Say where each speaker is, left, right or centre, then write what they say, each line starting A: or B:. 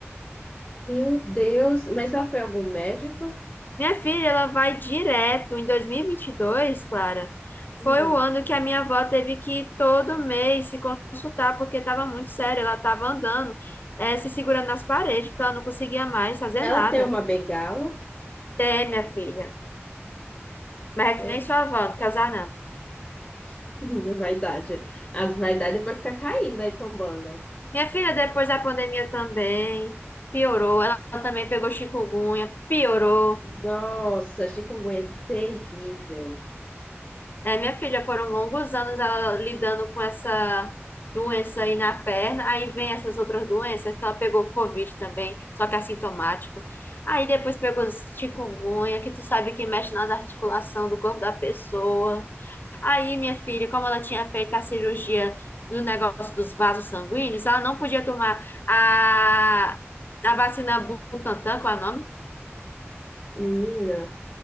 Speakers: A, on the left (about 25°); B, on the left (about 45°).
A: meu Deus. Mas ela foi a algum médico?
B: Minha filha, ela vai direto. Em dois mil e e vinte e dois Clara,
A: Hum.
B: foi o ano que a minha avó teve que ir todo mês se consultar, porque estava muito sério. Ela estava andando, eh, se segurando nas paredes, porque ela não conseguia mais fazer
A: Ela
B: nada.
A: tem uma bengala?
B: Tem, minha filha. Mas é
A: Eu...
B: que nem sua avó, não quer usar, não.
A: <laughs> Vaidade. As vaidades depois fica caindo aí, tombando.
B: Minha filha, depois da pandemia também, piorou. Ela também pegou chikungunya, piorou.
A: Nossa, chikungunya é terrível.
B: É, minha filha, foram longos anos ela lidando com essa doença aí na perna. Aí vem essas outras doenças que ela pegou Covid também, só que é assintomático. Aí depois pegou chikungunya, que tu sabe que mexe nas articulações do corpo da pessoa. Aí, minha filha, como ela tinha feito a cirurgia do negócio dos vasos sanguíneos, ela não podia tomar a, a vacina Butantan, qual é o nome?
A: Menina.